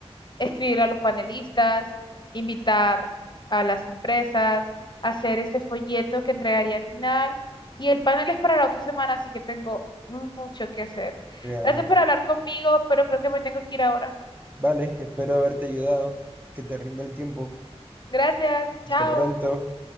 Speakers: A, on the left; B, on the right.
A: escribir a los panelistas, invitar a las empresas, hacer ese folleto que entregaría al final. Y el panel es para la otra semana, así que tengo mucho que hacer.
B: realmente.
A: Gracias por hablar conmigo, pero creo que me tengo que ir ahora.
B: Vale, espero haberte ayudado. Que te rinda el tiempo.
A: Gracias,
B: Hasta
A: chao.
B: pronto.